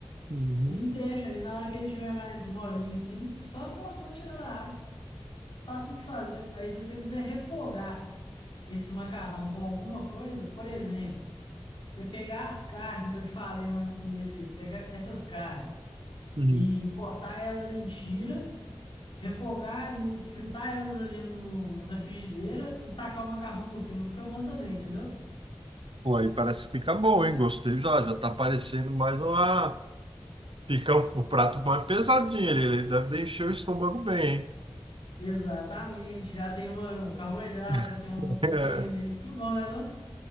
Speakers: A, on the right (about 70°); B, on the left (about 70°).
A: uhum,
B: E deixa. Aí na hora que ele tiver mais molinho assim, só, só, só tira da água. Fácil de fazer. Aí se você quiser refogar esse macarrão com alguma coisa, por exemplo, você pegar as carnes que eu te falei lá no começo, isso, pegar essas carnes
A: uhum.
B: e cortar elas em tira, refogar ali, fritar elas ali no- na frigideira e tacar o macarrão por cima, fica bom também, entendeu?
A: Pô, aí parece que fica bom, hein? Gostei já, já tá parecendo mais uma... Fica um, um prato mais pesadinho, ele, ele deve encher o estômago bem, hein?
B: Exatamente, já tem uma, um carboidrato,
A: <laughs>
B: já tem uma proteína
A: É,
B: e que bom, né, não?